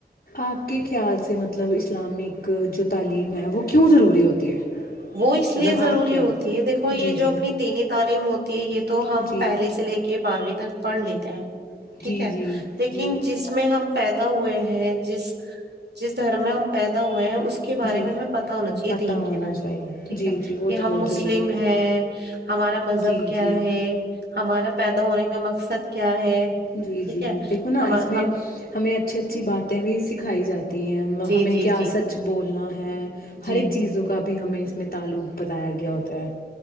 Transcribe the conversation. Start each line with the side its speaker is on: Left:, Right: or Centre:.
Left: آپ کے خیال سے مطلب اسلامک جو تعلیم ہے وہ کیوں ضروری ہوتی ہے
Right: وہ اس لیے
Left: مطلب
Right: ضروری
Left: آپ کیا
Right: ہوتی ہے دیکھو یہ
Left: جی جی
Right: جو اپنی دینی تعلیم ہوتی یہ یہ تو ہم
Left: جی
Right: پہلے سے لے کے بارہویں تک پڑھ لیتے ہیں
Left: جی
Right: ٹھیک ہے
Left: جی
Right: لیکن
Left: جی
Right: جس میں ہم پیدا ہوئے ہیں جس جس دھرم میں ہم پیدا ہوئے ہیں اس کے بارے
Left: جی
Right: میں ہمیں پتا ہونا چاہیے
Left: پتہ
Right: دین کے
Left: ہونا
Right: بارے
Left: چاہیے
Right: میں ٹھیک
Left: جی
Right: ہے
Left: جی وہ
Right: کہ
Left: تو
Right: ہم
Left: بہت
Right: مسلم
Left: ضروری ہے
Right: ہیں ہمارا مذہب
Left: جی
Right: کیا
Left: جی
Right: ہے ہمارا پیدا ہونے کا مقصد کیا ہے
Left: جی
Right: ٹھیک
Left: جی
Right: ہے
Left: دیکھو نا
Right: ہم
Left: اس میں
Right: ہم
Left: ہمیں اچھی اچھی باتیں بھی سکھائی جاتی ہیں
Right: جی
Left: ہمیں
Right: جی
Left: کیا
Right: جی
Left: سچ بولنا ہے ہیں ہر
Right: جی
Left: ایک چیزوں کا اب بھی ہمیں اس میں تعلق بتایا گیا ہوتا ہے